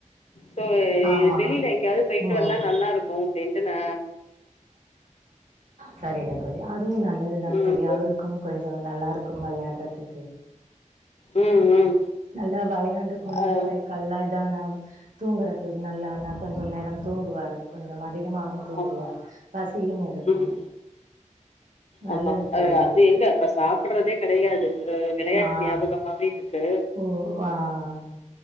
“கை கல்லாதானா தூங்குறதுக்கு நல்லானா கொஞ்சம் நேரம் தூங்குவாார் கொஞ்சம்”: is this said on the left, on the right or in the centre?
Right